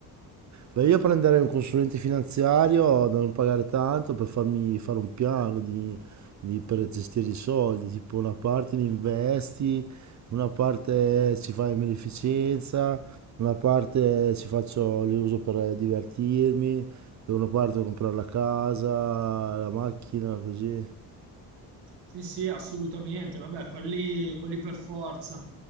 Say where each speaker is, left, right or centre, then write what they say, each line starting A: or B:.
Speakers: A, on the right; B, on the right.
A: Beh, io prenderei un consulente finanziario da non pagare tanto per farmi fare un piano di- di- per gestire i soldi, tipo una parte li investi, una parte ci fai in beneficenza, una parte ci faccio, li uso per divertirmi, per una parte per comprare la casa, la macchina, così.
B: Sì, sì, assolutamente. Vabbè, quelli, quelli per forza.